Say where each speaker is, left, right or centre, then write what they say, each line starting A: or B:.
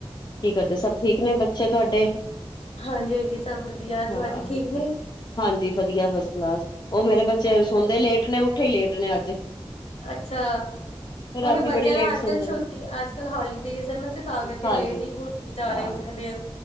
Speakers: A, on the left; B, on the left.
A: ਕੀ ਕਰਦੇ, ਸਭ ਠੀਕ ਨੇ ਬੱਚੇ ਤੁਆਡੇ?
B: ਹਾਂਜੀ-ਹਾਂਜੀ ਸਬ ਵਧੀਆ,
A: ਹਾਂ
B: ਤੁਆਡੇ ਠੀਕ
A: ਅੱਛਾ
B: ਨੇ?
A: ਹਾਂਜੀ ਵਧੀਆ ਫਸਟ ਕਲਾਸ ਉਹ ਮੇਰੇ ਬੱਚੇ
B: ਅੱਛਾ
A: ਸੋਂਦੇ ਲੇਟ ਨੇ ਉੱਠੇ ਲੇਟ ਨੇ ਅੱਜ
B: ਅੱਛਾ
A: ਰਾਤੀ
B: ਉਹੀ ਬੱਚਿਆਂ
A: ਬੜੀ ਲੇਟ
B: ਦਾ ਅੱਜ-ਕੱਲ੍ਹ
A: ਸੌਦੇ
B: ਛੁੱਟੀ
A: ਨੇ
B: ਅੱਜ-ਕੱਲ੍ਹ ਹੋਲੀਡੇਜ ਏ ਨਾ ਤੇ ਤਾਂ ਕਰਕੇ
A: ਹਾਂਜੀ
B: ਲੇਟ ਹੀ ਹੁਣ ਵਿਚਾਰੇ
A: ਹਾਂ
B: ਉੱਠਦੇ,